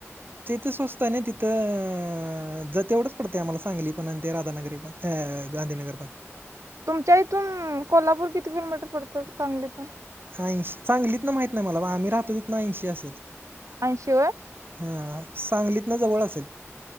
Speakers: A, on the right; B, on the right.
A: तिथं स्वस्थ हाय नी, तिथं जर तेवढंच पडते आम्हाला सांगली पण ते राधानगरी पण. अ.. गांधीनगरपण.
B: तुमच्या इथून कोल्हापूर किती किलोमीटर पडतं सांगलीतून?
A: ऐंशी सांगलीत न माहित नाही मला, आम्ही राहतो तिथंन ऐंशी असलं.
B: ऐंशी
A: हा, सांगलीतनं जवळ असेल?